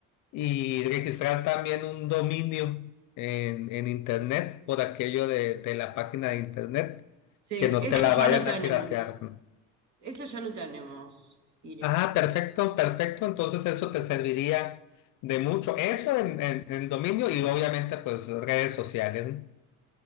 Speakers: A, on the left; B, on the right.
A: y registrar también un dominio en, en internet por aquello de, de la página de internet,
B: Sí,
A: que no
B: eso
A: te la
B: ya
A: vayan
B: lo tenemos.
A: a piratear, ¿no?
B: Eso ya lo tenemos, Iriam.
A: Ah, perfecto, perfecto. Entonces eso te serviría de mucho. Eso en, en- en el dominio y obviamente pues redes sociales, ¿no?